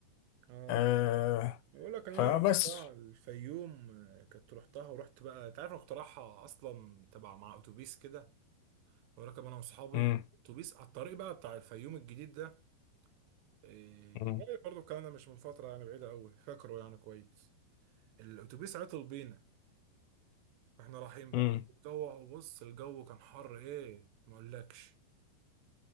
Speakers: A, on the right (about 80°); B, on the left (about 85°).
A: آه
B: آه
A: بقول لك انا
B: فبس
A: رحتها الفيوم آه، كنت رحتها ورحت بقى انت عارف انا كنت رايحها اصلا تبع مع اتوبيس كده وراكب انا واصحابي
B: مم.
A: اتوبيس على الطريق بقى بتاع الفيوم الجديد ده إيه، من
B: مم.
A: قريب برضه الكلام ده مش من فتره يعني بعيده قوي فاكره يعني كويس الاتوبيس عطل بينا واحنا رايحين بقى
B: مم.
A: الجو بص الجو كان حر ايه ما اقولكش